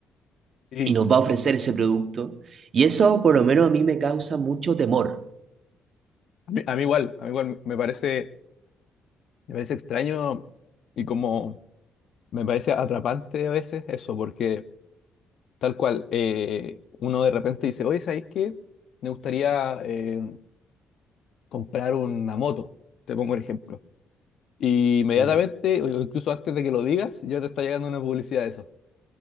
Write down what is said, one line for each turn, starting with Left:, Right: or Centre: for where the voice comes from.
Left: Y
Right: y nos va a ofrecer ese producto. Y eso por lo menos a mí me causa mucho temor.
Left: a mí, a mí igual, a mí igual me parece, me parece extraño y como me parece atrapante a veces eso, porque tal cual, eh, uno de repente dice, oye, ¿sabéis qué? Me gustaría eh, comprar una moto, te pongo un ejemplo. Y inmediatamente,
Right: Mm,
Left: o incluso antes de que lo digas, ya te está llegando una publicidad de eso.